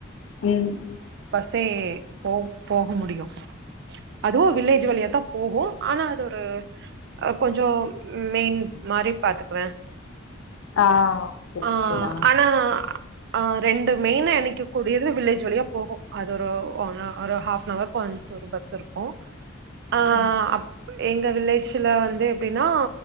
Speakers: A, on the left (about 85°); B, on the right (about 55°).
A: உம்ம்
B: சே போ போக முடியு அதுவு வில்லேஜ் வழியா தா போகூ ஆனா அது ஒரு கொஞ்சோ மெயின் மாரி பாத்துக்குவே
A: ஆ ஓகே
B: ஆஹ்
A: ஓகேடா
B: ஆனா ஆஹ் ரெண்டு மெயின இனைக்கக் கூடியது வில்லேஜ் வழியா போகோ அது ஒரு ஹாஃபன் அவருக்கு ஒன்ஸ் ஒரு பஸ் இருக்கோ ஆஹ்
A: ஓ
B: எங்க வில்லேஜ்ல வந்து எப்டின்னா